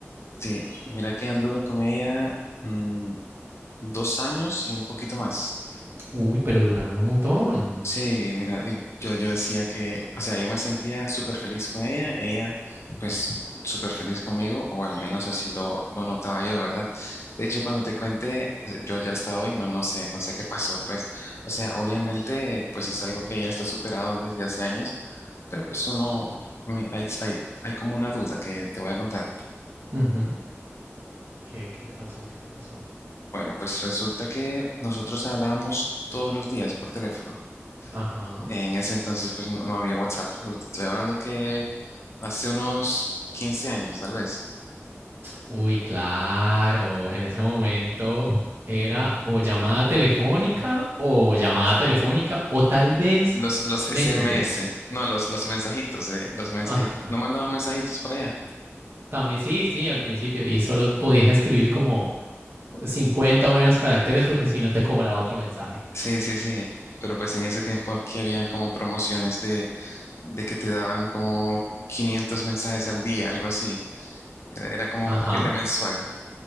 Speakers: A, on the left (about 65°); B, on the right (about 55°).
A: Sí, mira que anduve con ella mm, dos años y un poquito más.
B: Uy, pero duraron un montón.
A: Sí, mira, y yo, yo decía que, o sea, yo me sentía súper feliz con ella, ella pues súper feliz conmigo, o al menos así lo, lo notaba yo, ¿verdad? De hecho, cuando te cuente, eh, yo ya hasta hoy, no, no sé, no sé qué pasó, pues, o sea, obviamente, pues es algo que ya está superado desde hace años, pero pues uno, a mí hay, hay, hay como una duda que te voy a contar.
B: Ujú. ¿Qué, qué te pasó? ¿Qué te pasó?
A: Bueno, pues resulta que nosotros hablábamos todos los días por teléfono.
B: Ajá.
A: En ese entonces, pues no, no había WhatsApp. Te Estoy hablando que hace unos 15 años, tal vez.
B: Uy, claro, en ese momento era o llamada telefónica o llamada telefónica o tal vez
A: Los, los
B: Messenger.
A: SMS, no, los, los mensajitos, eh, los mensajitos.
B: Ah,
A: No mandaban mensajitos para allá.
B: también sí, sí, al principio y solo podías escribir como 50 o menos caracteres porque si no te cobraba otro mensaje.
A: Sí, sí, sí. Pero pues en ese tiempo aquí habían como promociones de, de que te daban como 500 mensajes al día, algo así. Era, era como
B: Ajá,
A: un paquete mensual.